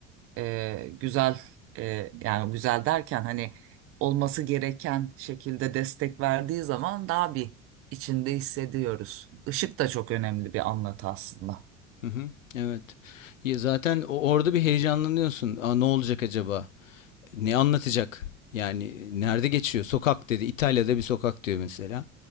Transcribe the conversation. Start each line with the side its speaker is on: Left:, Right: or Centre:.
Right: e, güzel e, yani güzel derken hani olması gereken şekilde destek verdiği zaman daha bir içinde hissediyoruz. Işık da çok önemli bir anlatı aslında.
Left: Hı hı, evet. Ya zaten o- orada bir heyecanlanıyorsun. Aa, ne olacak acaba? Ne anlatacak? Yani nerede geçiyor? Sokak dedi. İtalya'da bir sokak diyor mesela.